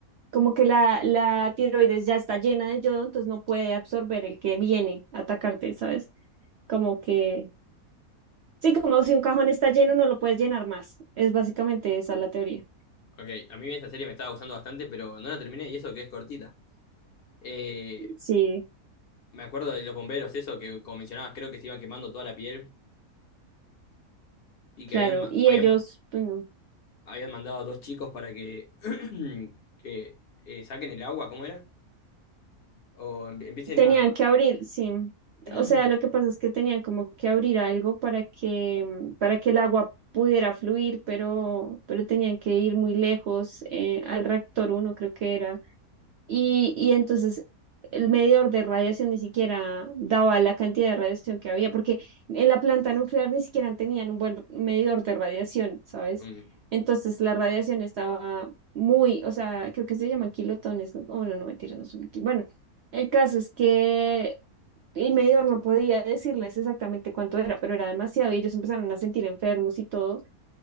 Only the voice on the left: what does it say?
Ok, a mí esa serie me estaba gustando bastante, pero no la terminé y eso que es cortita. Eh,
me acuerdo de los bomberos, eso que como mencionabas, creo que se iban quemando toda la piel y
que habían, ma-
habían,
habían mandado a dos chicos para que, <clears throat> que, eh, saquen el agua, ¿cómo era? O em- empiecen
a...
<clears throat>
Mm,